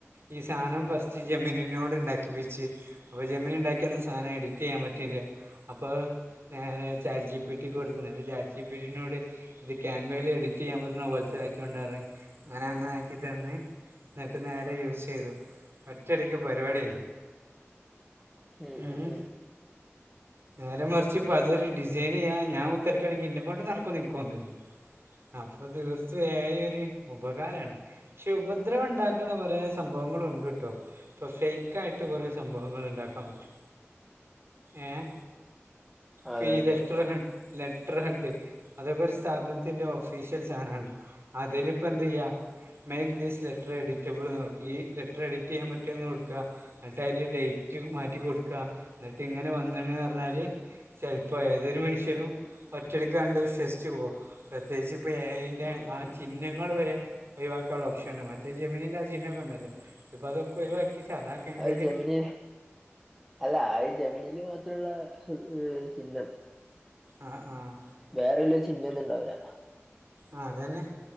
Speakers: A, on the right; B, in the centre.
A: ഈ സാനം ഫസ്റ്റ് ജെമീനിനോട് ഇണ്ടാക്കി പ്പിച്ച് അപ്പൊ ജമീനി ഇണ്ടാക്കിയെന്ന അങ്ങന എഡിറ്റ് ചെയ്യാൻ പറ്റില്ലെ? അപ്പൊ ഞനെ ചാറ്റ് ജീ പി ടിക്ക് കൊടുത്ത് അന്നേരം ചാറ്റ് ച്ചി പ്പീ റ്റി നോട് ഇത് ക്യാൻവയില് എഡിറ്റ് ചെയ്യാൻ പറ്റുന്ന പൊലിത്തെ ഒരായ്ക്കാം ഒണ്ടായിരുന്ന് അവനാ അങ്ങനെ ആക്കി തന്ന് ഇന്നട്ട് നേരെ യൂസെയ്തു ഒറ്റ അടിക്ക് പരിപാട്യഴ്ഞ്ഞ്
B: ഉം
A: മ്മ്
B: ഉം ഉം
A: നേരെ മറിച്ച് ഇപ്പ അതൊരു ഡിസൈയ്നെയ്യ ഞാൻ കുത്തർക്കാണെങ്കി ഇന്നെ കൊണ്ട് നടക്കും ഇൻക്ക് തോന്ന്ല്ല അപ്പ തീർത്തു എ ഐ ഒര് ഉപകാരാണ്. ശുഭദ്ര ഉണ്ടാക്കണേകൊറെേ സംഭവങ്ങള് ഉണ്ട്ട്ടോ ഇപ്പൊ ഫെയ്ക്ക് ആയിട്ട് കുറെേ സംഭവങ്ങൾ ഇണ്ടാക്കാൻ പറ്റും ഏഹ്
B: അതെ
A: പി <unintelligible>
B: അതെ
A: ലെറ്റർ ഹെഡ് അതൊക്കെ ഒരു സ്ഥാപനത്തിന്റെ ഓഫീഷ്യൽ സാനാണ് അതില് പ്പെന്തെയ്യ. മേക്ക് ദീസ് ലെറ്റർ എഡിറ്റബിൾ എന്ന് നോക്കി ലെറ്റർ എഡിറ്റ് ചെയ്യാൻ പറ്റുവോന്ന്കൊടുക്ക്ക എന്നിട്ട് അതില് ഡേറ്റ് മാറ്റി കൊടുക്കാ എന്നിട്ട് ഇങ്ങനെ വന്നന്ന് പറഞ്ഞാല് ചെൽപ്പോ ഏതൊരുമനുഷ്യനും ഒറ്റടിക്കാ പണ്ട് വിശ്വസ്ച്ചു പോ പ്രത്യേകിച്ച് ഇപ്പോ എ ഐ ന്റെ
B: ഉം
A: ആ
B: ഉം
A: ചിഹ്നങ്ങൾ വരെ ഒഴിവാക്കാന്ള്ള ഒപ്ഷൻണ്ട് മറ്റേ ജമിനിന്റെ ആ ചിഹ്നോക്കെണ്ടല്ലോ ഇപ്പതൊക്കെ ഒഴിവാക്കി സാധാ ക്യാൻവയിൽ
B: അത് ജെമനി അല്ല ആ ജമിനിൽ മാത്രമുള്ള ചിഹനം
A: ആഹ് ആഹ്
B: വേറെ വല്ല ചിന്തയില്ള്ളവരാ
A: ആ അതന്നെ